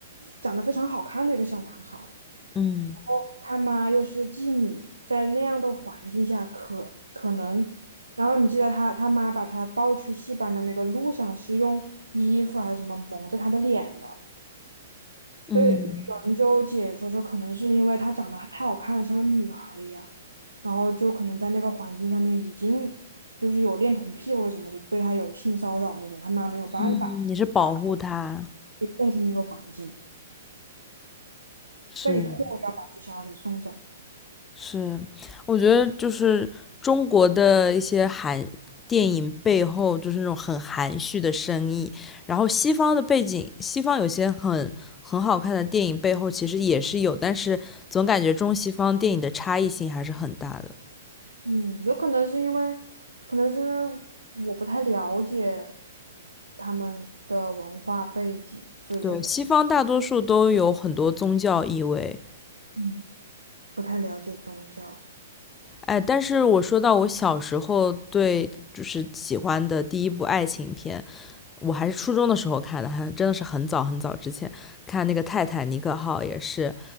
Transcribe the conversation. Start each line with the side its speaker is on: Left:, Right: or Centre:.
Right: 长得非常好看的一个小男孩儿
Left: 嗯
Right: 然后他妈又是妓女，在那样的环境下可可能，然后你记得他他妈把他抱去戏班的那个路上是用衣服还是什么蒙着他的脸的，
Left: 嗯，
Right: 所以有人就解说说，可能是因为她长得太好看了，像个女孩儿一样，然后就可能在那个环境下面已经就是有恋童癖或者什么，的，对她有性骚扰那种，她妈没有办法，
Left: 嗯你是保护他，
Right: 才把她给送出那个环境，
Left: 是
Right: 被迫要把自己小孩给送走。
Left: 是，我觉得就是中国的一些含电影背后就是那种很含蓄的深意，然后西方的背景，西方有些很很好看的电影背后其实也是有，但是总感觉中西方电影的差异性还是很大的。
Right: 嗯，有可能是因为，可能是因为我不太了解他们的文化背景，所以就不太，
Left: 对，西方大多数都有很多宗教意味，
Right: 嗯，不太了解宗教。
Left: 哎，但是我说到我小时候对就是喜欢的第一部爱情片，我还是初中的时候看的，还真的是很早很早之前看那个《泰坦尼克号》，也是，